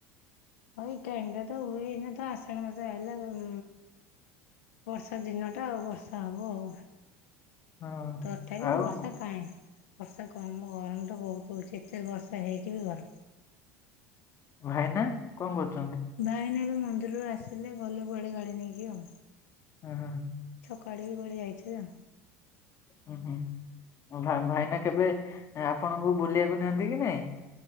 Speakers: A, on the left; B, on the left.
A: ଭ <unintelligible> ତ ହୁଏନା ତ ଆଷାଢ ମାସ ହେଲା ଉ ବର୍ଷା ଦିନ ଟା ଆଉ ବର୍ଷା ହବ ଆଉ।
B: ହଁ
A: ତଥାପି
B: ଆଉ
A: ବର୍ଷା କାହିଁ ବର୍ଷା କମ୍ ଗରମ ତ ବହୁତ। ଏତେ ବର୍ଷା ହେଇକି ବି କମ୍।
B: ଭାଇନା କଣ କରୁ
A: ଭାଇନା ଏବେ ମନ୍ଦିରରୁ ଆସିଲେ ଗଲେ କୁଆଡେ ଗାଡି ନେଇକି ଆଉ।
B: ଓ ହୋ।
A: ଛକ ଆଡ଼େ କି କୁଆଡେ ଯାଇଥିବେ ଆଉ।
B: ଉ ହୁଁ ଭାଇନା କେବେ ଆପଣଙ୍କୁ ବୁଲେଇବାକୁ ନିଅନ୍ତି କି ନାଇଁ?